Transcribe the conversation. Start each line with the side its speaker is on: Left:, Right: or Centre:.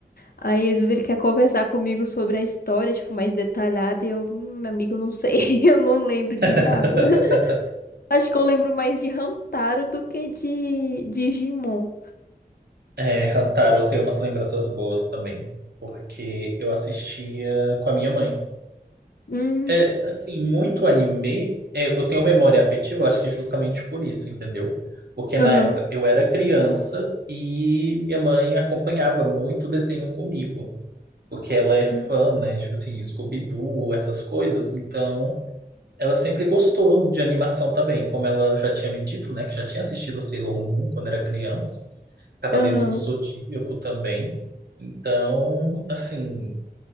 Left: Aí às vezes ele quer conversar comigo sobre a história, tipo, mais detalhada, e eu, hum, meu amigo, não sei, <laughs> eu não lembro de nada.
Right: <laughs>
Left: <laughs> Acho que eu lembro mais de Hamtaro do que de de Digimon.
Right: É, Hantaro tem umas lembranças boas também, porque eu assistia com a minha mãe.
Left: Hum,
Right: É, assim, muito anime, é, eu tenho memória afetiva, acho que é justamente por isso, entendeu? Porque na
Left: aham,
Right: época eu era criança e minha mãe acompanhava muito desenho comigo, porque ela é fã,
Left: hum,
Right: né? Tipo assim, Scooby-Doo, essas coisas, então ela sempre gostou de animação também, como ela já tinha me dito, né? Que já tinha assistido Sailor Moon quando era criança, Cavaleiros
Left: aham,
Right: do Zodíaco também. Então, assim